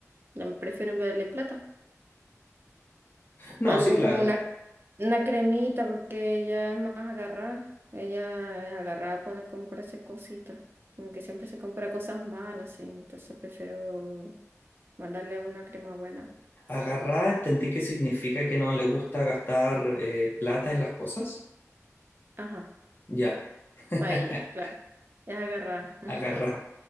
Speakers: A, on the right; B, on the left.
A: ya me prefiero enviarle plata.
B: No,
A: Algo
B: sí, claro.
A: como una, una cremita, porque ella es más agarrada. Ella es agarrada para comprarse cositas. Como que siempre se compra cosas malas, sí. Entonces prefiero mandarle una crema buena.
B: Agarrá, entendí que significa que no le gusta gastar eh, plata en las cosas.
A: Ajá,
B: Ya, <laughs>
A: para ella, claro. Ella es agarrada.
B: agarrá.